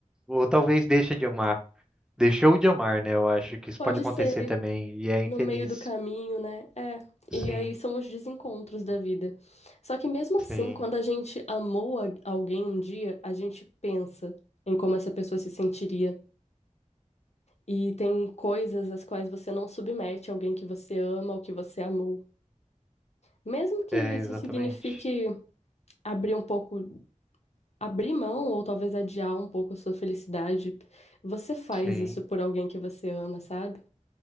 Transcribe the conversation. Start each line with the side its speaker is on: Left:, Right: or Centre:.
Centre: Ou talvez deixa de amar. Deixou de amar, né? Eu acho que isso
Left: Pode
Centre: pode acontecer
Left: ser
Centre: também. E é
Left: no
Centre: infeliz.
Left: meio do caminho, né? É, e
Centre: Sim,
Left: aí são os desencontros da vida. Só que mesmo assim,
Centre: sim.
Left: quando a gente amou a- alguém um dia, a gente pensa em como essa pessoa se sentiria. E tem coisas às quais você não submete alguém que você ama ou que você amou. Mesmo que
Centre: É,
Left: isso
Centre: exatamente.
Left: signifique abrir um pouco, abrir mão ou talvez adiar um pouco a sua felicidade, você faz
Centre: Sim,
Left: isso por alguém que você ama, sabe?